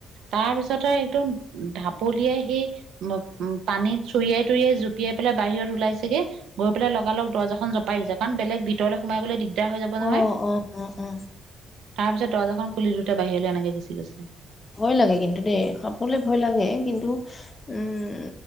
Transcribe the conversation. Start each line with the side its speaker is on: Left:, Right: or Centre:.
Right: তাৰ পিছতে একদম ঢাপলিয়াই সেই উ পানীত চুৰিয়াই তুৰিয়াই জুপিয়াই পেলাই। বাহিৰত ওলাইছেগে গৈ পেলাই লগাল লগ দজ এখন জপাই দিছে কাৰণ বেলেগ ভিতৰলৈ সোমাই গলে দিগ। লেতেৰা হৈ যাব নহয়।
Left: অ অ অ অ
Right: তাৰ পিছত দৰ্জা খুলি দুইটা বাহিৰলৈ এনেকে গুচি গৈছে।
Left: ভয় লাগে কিন্তু দেই সাপেলে ভয় লাগে কিন্তু, উম